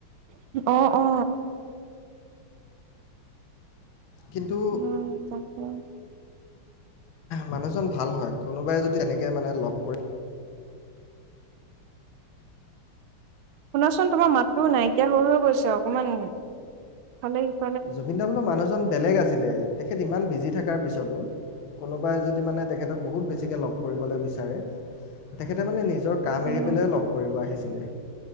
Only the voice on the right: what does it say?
অ', অ'।
উম, তাকে
শুনাচোন, তোমাৰ মাতটো নাইকিয়া হৈ হৈ গৈছে, অকমান ইফালে সিফ
উম,